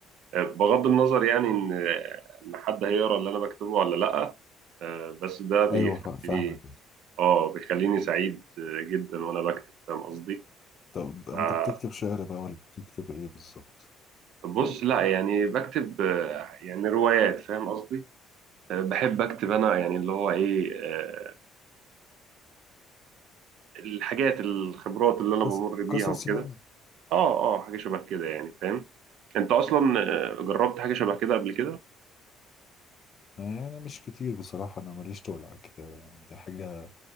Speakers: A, on the right; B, on the left.
A: بغض النظر يعني ان ان حد هيقرا اللي انا بكتبه ولا لا آه، بس ده بيخليني
B: ايوه فا- فاهمك كده
A: اه بيخليني سعيد آه، جدا وانا بكتب فاهم قصدي
B: طب انت
A: آه،
B: بتكتب شعر بقى ولا بتكتب ايه بالظبط؟
A: بص لا يعني بكتب آه، يعني روايات فاهم قصدي آه، بحب اكتب انا يعني اللي هو ايه آه، الحاجات الخبرات اللي انا
B: قصص
A: بمر بيها
B: قصص
A: وكده
B: يعني
A: اه اه حاجه شبه كده يعني فاهم انت اصلا آه، جربت حاجه شبه كده قبل كده
B: يعني مش كتير بصراحة أنا ماليش تقل على الكتابة يعني دي حاجة